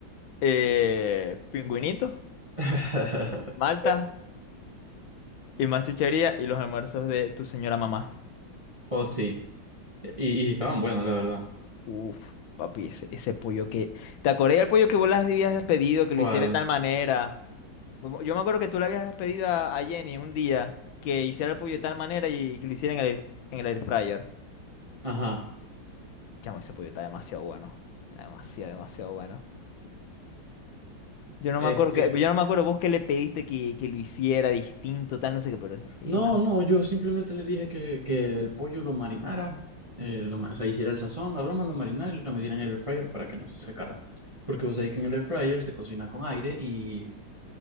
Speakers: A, on the left; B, on the right.
A: eh, pingüinitos,
B: <laughs>
A: malta y más chuchería y los almuerzos de tu señora mamá.
B: Oh, sí, y, y estaban buenos, la verdad.
A: Uf, papi, ese, ese pollo que... ¿Te acordás del pollo que vos le habías pedido que
B: ¿Cuál?
A: lo hiciera de tal manera? Como- Yo me acuerdo que tú le habías pedido a, a Jenny un día que hiciera el pollo de tal manera y que lo hiciera en el, air- en el air fryer.
B: Ajá,
A: Chamo, ese pollo está demasiado bueno. Está demasiado, demasiado bueno. Yo no
B: es
A: me acuerdo
B: que,
A: que, yo no me acuerdo vos qué le pediste que, que lo hiciera distinto, tal, no sé qué, pero eh,
B: No,
A: no.
B: no, yo simplemente le dije que, que el pollo lo marinara, eh, lo ma- o sea, hiciera el sazón, la broma, lo marinara y lo metiera en el air fryer para que no se secara. Porque vos sabés que en el air fryer se cocina con aire y